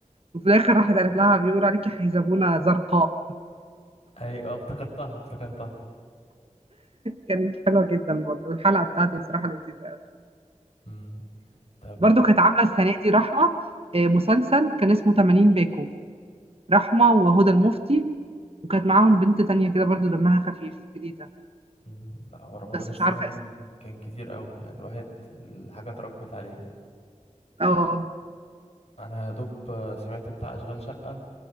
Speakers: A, on the right; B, on the left.
A: وفي الآخر راحت قالت لها بيقولوا عليكي حيزبونة زرقاء
B: ايوه آه، افتكرتها افتكرتها
A: كانت حلوة جدا برضه الحلقة بتاعته بصراحة لذيذة قوي
B: امم طب
A: برضه كانت عاملة السنة دي رحمة آه مسلسل كان اسمه 80 باكو رحمة وهدى المفتي وكانت معاهم بنت تانية كده برضه دمها خفيف جديدة
B: مم، لا هو رمضان
A: بس
B: السنة
A: مش عارفة
B: دي
A: اسمه
B: كان كتير قوي يعني الواحد الحاجة اتراكمت عليه يعني
A: اه
B: أنا يا دوب سمعت بتاع أشغال شقة